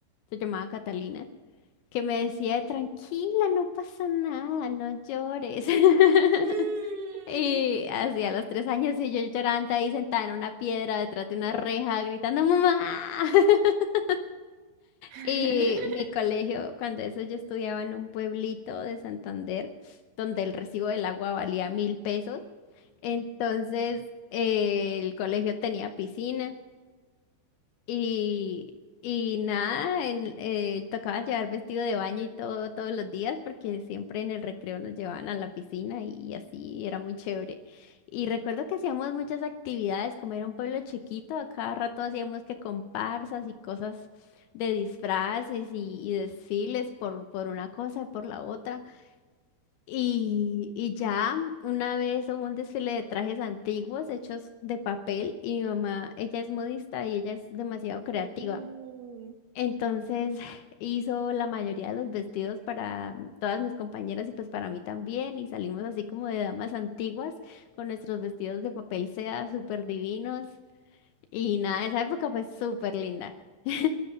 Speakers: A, on the left; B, on the right.
A: se llamaba Catalina, que me decía, tranquila, no pasa nada, no llores. <laughs>
B: Mm.
A: Y hacía los tres años y yo llorando ahí sentada en una piedra detrás de una reja gritando, mamá. <laughs>
B: <laughs>
A: Y mi colegio, cuando eso yo estudiaba en un pueblito de Santander, donde el recibo del agua valía mil pesos. Entonces, eh, el colegio tenía piscina y, y nada, en- eh, tocaba llevar vestido de baño y todo todos los días porque siempre en el recreo nos llevaban a la piscina y así era muy chévere. Y recuerdo que hacíamos muchas actividades, como era un pueblo chiquito, a cada rato hacíamos que comparsas y cosas de disfraces y, y desfiles por, por una cosa, por la otra. Y, y ya una vez hubo un desfile de trajes antiguos hechos de papel y mi mamá, ella es modista y ella es demasiado creativa.
B: Mm.
A: Entonces <laughs> hizo la mayoría de los vestidos para todas mis compañeras y pues para mí también y salimos así como de damas antiguas con nuestros vestidos de papel seda súper divinos y nada, esa época fue súper linda. <laughs>